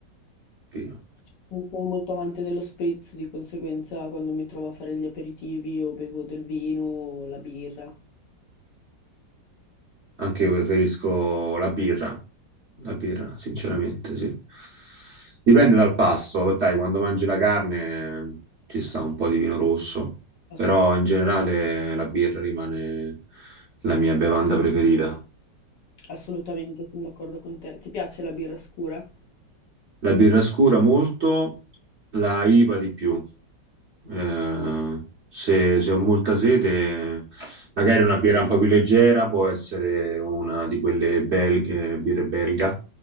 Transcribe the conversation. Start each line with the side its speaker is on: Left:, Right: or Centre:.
Right: Vino.
Left: Non sono molto amante dello spritz, di conseguenza quando mi trovo a fare gli aperitivi o bevo del vino o la birra.
Right: Anche io preferisco la birra, la birra, sinceramente, sì. Dipende dal pasto, dai, quando mangi la carne eh, ci sta un po' di vino rosso,
Left: Asso-
Right: però in generale la birra rimane la mia bevanda preferita.
Left: assolutamente, sono d'accordo con te. Ti piace la birra scura?
Right: La birra scura molto, la IVA di più. Eh, se, se ho molta sete, magari una birra un po' più leggera può essere una di quelle belghe, birre belga,